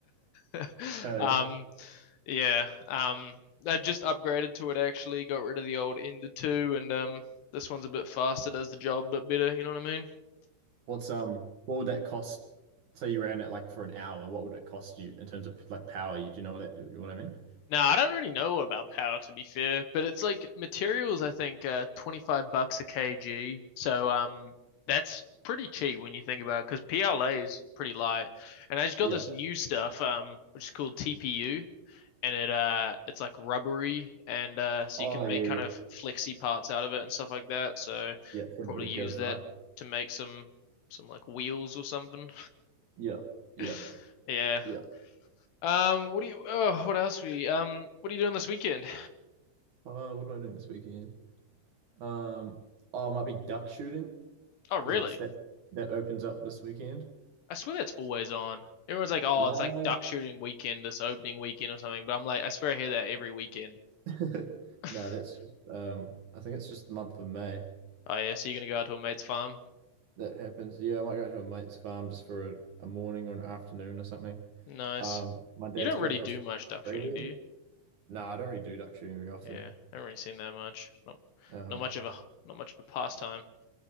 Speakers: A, on the left; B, on the right.
A: <laughs>
B: Uh,
A: um yeah, um I've just upgraded to it actually, got rid of the old Ender two, and um this one's a bit faster, does the job a bit better. You know what I mean?
B: what's um, what would that cost? Say you ran it like for an hour, what would it cost you in terms of like power? You do you know what that you know what I mean?
A: No, I don't really know about power to be fair, but it's like materials. I think uh, twenty five bucks a kg, so um, that's pretty cheap when you think about it because PLA is pretty light. And I just got
B: Yeah.
A: this new stuff um, which is called TPU, and it uh, it's like rubbery, and uh, so
B: Oh
A: you can make
B: yeah,
A: kind
B: yeah,
A: of flexy parts out of it and stuff like that. So
B: yeah. It's a
A: probably
B: bit
A: use
B: of give,
A: that
B: right?
A: to make some some like wheels or something.
B: Yeah, yeah,
A: <laughs> yeah.
B: yeah.
A: Um, what do you? Oh, what else? We um, what are you doing this weekend?
B: Uh, what am I doing this weekend? Um, oh, it might be duck shooting.
A: Oh, really?
B: because it's that that opens up this weekend.
A: I swear that's always on. Everyone's like, oh,
B: No.
A: it's like duck shooting weekend, this opening weekend or something. But I'm like, I swear I hear that every weekend.
B: <laughs>
A: <laughs>
B: No, that's just um I think it's just the month of May
A: Oh, yeah. So you're going to go out to a mate's farm?
B: that happens. Yeah, I might go to a mate's farm just for a, a morning or an afternoon or something.
A: Nice.
B: Um my dad's
A: You don't
B: going
A: really
B: to
A: do
B: Australia.
A: much duck shooting, do you?
B: No, I don't really do duck shooting very often.
A: Yeah. I haven't really seen that much. Not,
B: Um
A: not much of a, not much of a pastime.